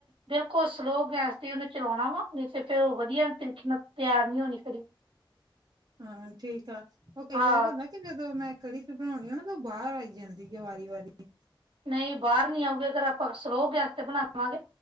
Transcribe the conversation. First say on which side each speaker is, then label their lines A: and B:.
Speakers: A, on the right; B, on the right.
A: ਬਿਲਕੁਲ ਸਲੋਅ ਗੈਸ ਤੇ ਉਹਨੂੰ ਚਲਾਉਣਾ ਵਾ ਨਹੀਂ ਤੇ ਫਿਰ ਉਹ ਵਧੀਆ ਤਰੀਕੇ ਨਾਲ ਤਿਆਰ ਨਹੀਂ ਹੋਣੀ ਕੜੀ
B: ਹਾਂ ਠੀਕ ਆ ਉਹ ਕਈ
A: ਹਾਂ
B: ਵਾਰ <unintelligible> ਜਦੋਂ ਮੈਂ ਕੜੀ ਤੇ ਬਣਾਉਣੀ ਆ ਨਾ ਤਾਂ ਉਹ ਬਾਹਰ ਆਈ ਜਾਂਦੀ ਆ ਵਾਰੀ-ਵਾਰੀ
A: ਨਹੀਂ ਬਾਹਰ ਨੀ ਆਉਗੀ ਅਗਰ ਆਪਾਂ ਸਲੋਅ ਗੈਸ ਤੇ ਬਣਾ ਵਾਂਗੇ